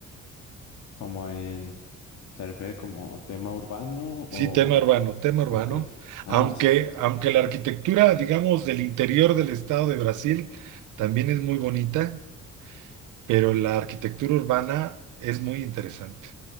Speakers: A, on the left; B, on the right.
A: Como en, ¿se refiere como tema urbano
B: Sí,
A: o...?
B: tema urbano, tema urbano.
A: Ok. Ah,
B: Aunque,
A: sí,
B: aunque la arquitectura, digamos, del interior del estado de Brasil también es muy bonita, pero la arquitectura urbana es muy interesante.